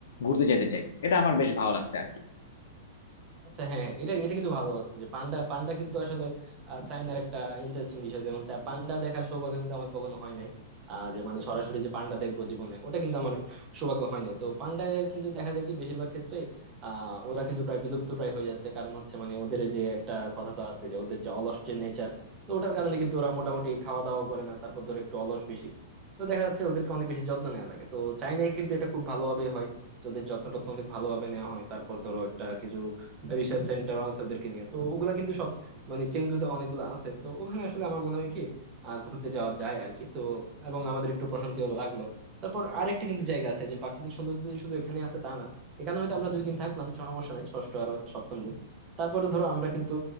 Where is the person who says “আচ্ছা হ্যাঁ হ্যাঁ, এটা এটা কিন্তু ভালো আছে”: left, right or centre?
Right